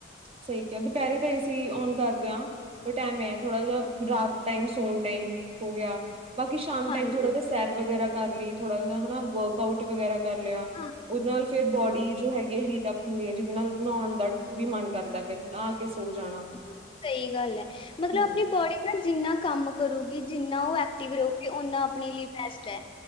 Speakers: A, on the right; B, on the left.
A: ਸਹੀ ਕਿਹਾ, ਦੁਪਹਿਰੇ ਤੇ ਐ ਸੀਂ ਓਨ ਕਰਦੇ ਹਾਂ। ਪਰ ਟਾਈਮ ਹੈ, ਥੋੜਾ ਜਿਹਾ ਰਾਤ ਟਾਈਮ, ਸੋਣ ਟਾਈਮ ਹੋ ਗਿਆ। ਬਾਕੀ ਸ਼ਾਮ
B: ਹਾਂਜੀ
A: ਟਾਈਮ ਥੋੜਾ ਜਿਹਾ ਸੈਰ ਵਗੈਰਾ ਕਰ ਲਈ, ਥੋੜਾ ਜਿਹਾ ਹਨਾ ਵਰਕਆਊਟ ਵਗੈਰਾ ਕਰ ਲਿਆ।
B: ਹੂੰ।
A: ਉਹਦੇ ਨਾਲ ਫੇਰ ਬੋਡੀ ਜੋ ਹੈਗੀ ਹੈ ਹੀਟਅਪ ਹੁੰਦੀ ਹੈ ਜਿਹਦੇ ਨਾਲ ਨਹਾਉਣ ਦਾ ਵੀ ਮਨ ਕਰਦਾ ਫੇਰ ਆ- ਕੇ ਸੋ ਜਾਣਾ।
B: ਹੂੰ ਸਹੀ ਗੱਲ ਹੈ, ਮਤਲਬ
A: ਹਮ
B: ਆਪਣੀ ਬੋਡੀ- ਜਿੰਨਾ ਕੰਮ ਕਰੂਗੀ, ਜਿੰਨਾ ਉਹ ਐਕਟਿਵ ਰਹੂਗੀ, ਓਨਾ ਆਪਣੇ ਲਈ ਬੈਸਟ ਹੈ।